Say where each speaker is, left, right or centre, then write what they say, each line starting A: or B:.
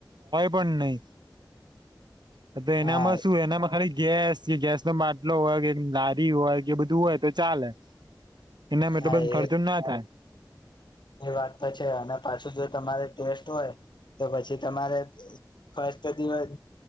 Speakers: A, on the right; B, on the left.
A: પણ <unintelligible> <unintelligible>
B: હા
A: શું એનામાં ખાલી ગેસ કે ગેસ નો બાટલો હોય કે લારી હોય કે બધું હોય તો ચાલે એના એટલે
B: હા
A: બધો
B: એ
A: ખર્ચો ના થાય
B: એ વાત તો છે, અને પાછું જો તમારે ટેસ્ટ હોય તો પછી તમારે ફસ્ટ <unintelligible>